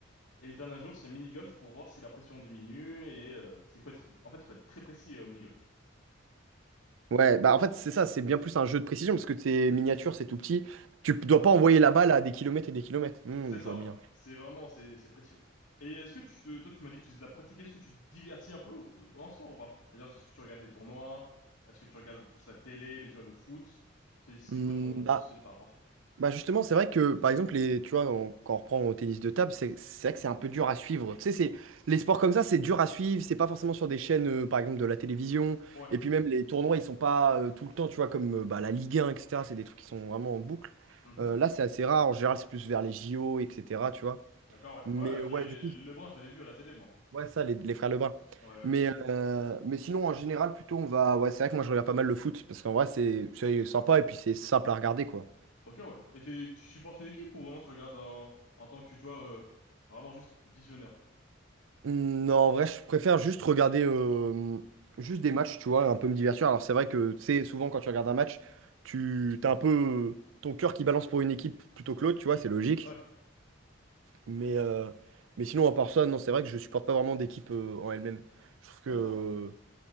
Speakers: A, on the left (about 85°); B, on the right (about 80°).
A: Et le dernier jour, c'est mini-golf pour voir si la pression diminue et euh, c'est- faut être, en fait, il faut être très précis euh, au mini-golf.
B: Ouais, bah en fait, c'est ça, c'est bien plus un jeu de précision parce que tes miniatures, c'est tout petit. Tu p-
A: Ça
B: dois
A: part.
B: pas envoyer la balle à des kilomètres et des kilomètres. Hmm,
A: C'est
B: je
A: ça,
B: vois
A: ouais.
B: bien.
A: C'est vraiment, c'est, c'est précieux. Et est-ce que tu te, toi, tu m'as dit que tu faisais de la pratique. Est-ce que tu te divertis un peu euh, dans ce sport ou pas? C'est-à-dire, est-ce que tu regardes des tournois? Est-ce que tu regardes plus la télé, mais tu vois le foot? C'est, c'est
B: Hmm,
A: quoi ton, ton
B: bah,
A: style par rapport?
B: Bah justement, c'est vrai que par exemple, les, tu vois, on- quand on reprend au tennis de table, c'est c'est vrai que c'est un peu dur à suivre. Tu sais, c'est les sports comme ça, c'est dur à suivre. C'est pas forcément sur des chaînes, euh, par exemple, de la télévision.
A: Ouais.
B: Et puis même les tournois, ils sont pas euh, tout le temps, tu vois, comme euh, bah, la Ligue 1, etc. C'est des trucs qui sont vraiment en boucle.
A: Mhm.
B: Euh, là, c'est assez rare. En général, c'est plus vers les JO, etc. Tu vois.
A: D'accord, ouais.
B: Mais
A: Ouais, avec
B: ouais,
A: les, les,
B: du coup,
A: les Lebrun,
B: je-
A: j'avais vu à la télé, moi.
B: ouais, ça, les, les frères Lebrun.
A: Ouais, ouais.
B: Mais, euh, mais sinon, en général, plutôt, on va. Ouais, c'est vrai que moi, je regarde pas mal le foot parce qu'en vrai, c'est c'est sympa et puis c'est simple à regarder, quoi.
A: Ok, ouais. Et t'es- tu supportes une équipe ou vraiment tu regardes en, en tant que, tu vois, euh, vraiment juste visionneur?
B: Mmh, Non, en vrai, je préfère juste regarder euh, juste des matchs, tu vois, un peu me divertir. Alors, c'est vrai que, tu sais, souvent, quand tu regardes un match, tu t'as un peu euh, ton cœur qui balance pour une équipe plutôt que l'autre, tu vois, c'est logique.
A: Ouais.
B: Mais, euh, mais sinon, en part ça, non, c'est vrai que je supporte pas vraiment d'équipe euh, en elle-même. Je trouve que,
A: D'accord.
B: euh,